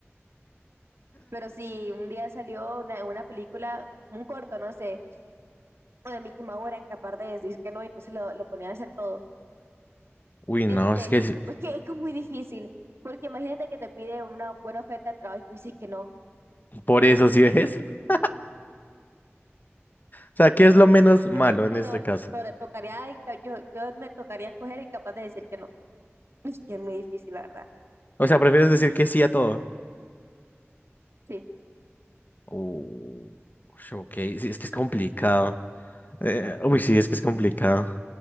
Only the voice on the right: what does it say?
Pero sí, un día salió una, una película, un corto, no sé, donde Mickey Mouse era incapaz de decir que no, entonces lo, lo ponían a hacer todo.
Tírate.
Pues que es que es muy difícil, porque imagínate que te pide una buena oferta de trabajo y tú dices que no.
Yo,
bueno,
to- tocaría, inca- yo, yo me tocaría escoger y capaz de decir que no. <laughs> Es que es muy difícil, la verdad.
Sí.